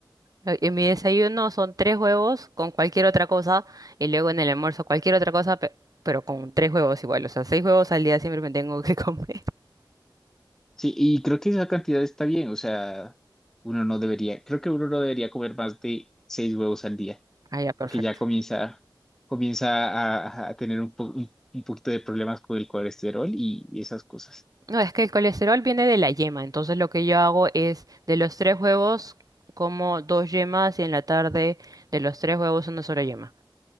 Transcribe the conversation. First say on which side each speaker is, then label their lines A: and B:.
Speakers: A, on the right; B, in the centre.
A: Eh, En mi desayuno son tres huevos con cualquier otra cosa y luego en el almuerzo cualquier otra cosa, pe- pero con tres huevos igual. O sea, seis huevos al día siempre me tengo que comer. <laughs>
B: Sí, y creo que esa cantidad está bien, o sea, uno no debería, creo que uno no debería comer más de seis huevos al día,
A: Ah, ya, perfecto.
B: porque ya comienza, comienza a, a tener un, po- un, un poquito de problemas con el colesterol y, y esas cosas.
A: No, es que el colesterol viene de la yema, entonces lo que yo hago es de los tres huevos como dos yemas y en la tarde de los tres huevos una sola yema.